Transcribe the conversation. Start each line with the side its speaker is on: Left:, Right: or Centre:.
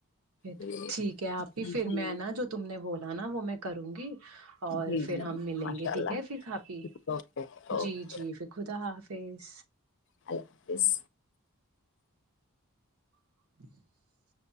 Right: پھر
Left: ہوں
Right: ٹھیک ہے آپ ہی پھر
Left: ہوں
Right: میں نا جو تم نے بولا نا وہ میں کروں گی اور
Left: جی جی
Right: پھر ہم ملیں
Left: ماشاء
Right: گے
Left: اللہ
Right: ٹھیک ہے پھر کپھی
Left: اوکے اوکے اللہ
Right: جی جی پھر خدا حافظ
Left: اللہ حافظ
Right: <inaudible>